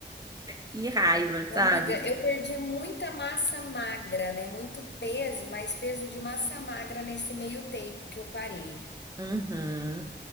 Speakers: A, on the right; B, on the left.
A: Que raiva,
B: Amiga,
A: sabe?
B: eu perdi muita massa magra, né? Muito peso, mas peso de massa magra nesse meio tempo que eu parei.
A: Uhum.